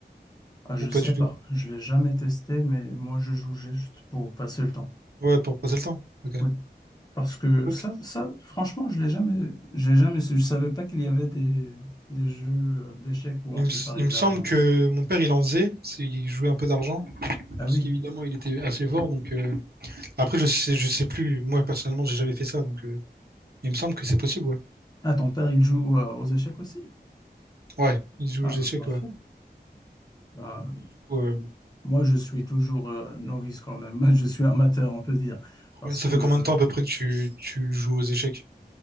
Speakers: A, on the left; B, on the right.
A: Ah, je
B: Ou
A: sais
B: pas du tout?
A: pas, je l'ai jamais testé, mais moi je joue juste pour passer le temps.
B: Ouais, pour passer le temps. Ok.
A: Oui, parce que
B: Ok.
A: ça, ça, franchement, je l'ai jamais, je l'ai jamais su. Je savais pas qu'il y avait des, des jeux euh, d'échecs où
B: Il
A: on
B: me,
A: peut
B: s-
A: parier
B: il me
A: de
B: semble
A: l'argent.
B: que mon père, il en faisait. c'est- Il jouait un peu d'argent.
A: Ah
B: Parce
A: oui.
B: qu'évidemment, il était assez fort. Donc, euh, Après, je sais, je sais plus. Moi, personnellement, j'ai jamais fait ça. Donc, euh, il me semble que c'est possible, ouais.
A: Ah, ton père, il joue euh, aux échecs aussi?
B: Ouais, il joue
A: Ah,
B: aux échecs,
A: parfait.
B: ouais.
A: Ben,
B: Ouais,
A: Moi, je suis toujours euh, novice quand même. <laughs> Je suis amateur, on peut dire. Parce
B: ouais. Ça
A: que
B: fait combien de temps à peu près que tu, tu joues aux échecs?